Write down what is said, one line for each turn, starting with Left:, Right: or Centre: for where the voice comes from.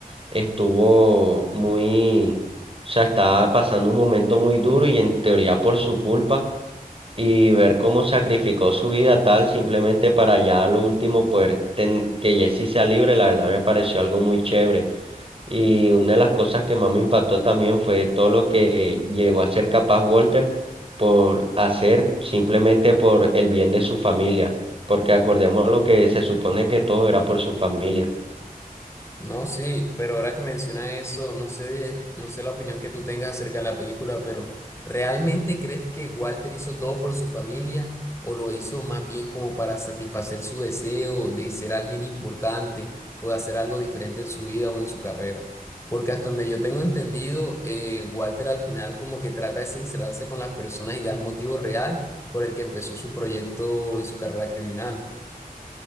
Right: estuvo muy, o sea, estaba pasando un momento muy duro y en teoría por su culpa y ver cómo sacrificó su vida tal simplemente para ya a lo último poder ten- que Jesse sea libre, la verdad me pareció algo muy chévere. Y una de las cosas que más me impactó también fue todo lo que llegó a ser capaz Walter por hacer simplemente por el bien de su familia, porque acordemos lo que se supone que todo era por su familia.
Left: No, sí, pero ahora que menciona eso, no sé, no sé la opinión que tú tengas acerca de la película, pero ¿realmente crees que Walter hizo todo por su familia o lo hizo más bien como para satisfacer su deseo de ser alguien importante o de hacer algo diferente en su vida o en su carrera? Porque hasta donde yo tengo entendido, eh, Walter al final como que trata de sincerarse con las personas y da el motivo real por el que empezó su proyecto y su carrera criminal.